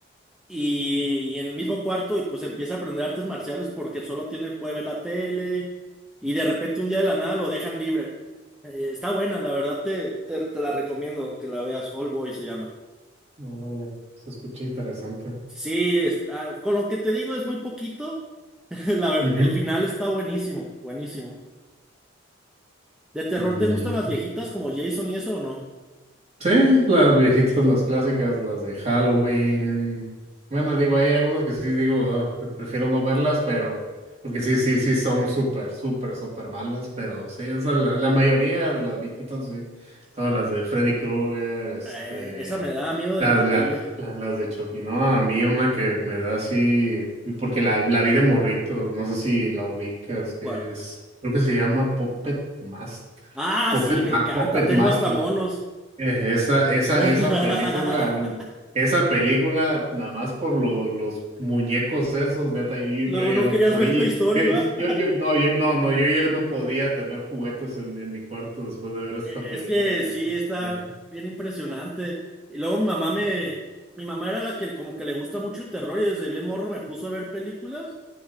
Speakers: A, in the centre; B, on the right.
A: Y, y en el mismo cuarto y pues empieza a aprender artes marciales porque solo tiene, puede ver la tele y de repente un día de la nada lo dejan libre. Eh, está buena, la verdad te, te, te la recomiendo que la veas. All Boy se llama.
B: No, no, no, se escucha interesante.
A: Sí, está- con lo que te digo es muy poquito. <laughs> La verdad,
B: Ujú.
A: el final está buenísimo, buenísimo. ¿De terror
B: Mm.
A: te gustan las viejitas como Jason y eso o no?
B: Sí, las viejitas, las clásicas, las de Halloween. Bueno, digo, hay algunas que sí digo, "Ugh, prefiero no verlas, pero porque sí, sí, sí son súper, súper, súper malas, pero sí, o sea, la, la mayoría de las viejitas, sí. Todas las de Freddy Krueger, este,
A: Eh, esa me da miedo
B: las,
A: de morrillo.
B: la- la- las de Chucky, ¿no? A mí una que me da así, porque la, la vi de morrito, no sé si la ubicas, que
A: ¿Cuál?
B: es, creo que se llama Puppet Master.
A: Ah,
B: Puppet,
A: sí, me
B: Ma-
A: encanta.
B: Puppet
A: Tengo
B: Master.
A: hasta monos.
B: Es Esa, esa,
A: <laughs>
B: esa película, esa película, nada más por lo- los muñecos esos, neta, yo,
A: Luego
B: yo ya
A: no
B: no
A: querías
B: podía,
A: ver tu historia,
B: yo,
A: ¿va?
B: yo, yo- no, yo, no, no, yo ya no podía tener juguetes en, en mi cuarto después de ver esa
A: E- Es
B: película,
A: que
B: neta,
A: sí, está
B: neta,
A: bien impresionante. Y luego mi mamá me...
B: eh,
A: Mi mamá era la que como que le gusta mucho el terror y desde bien morro me puso a ver películas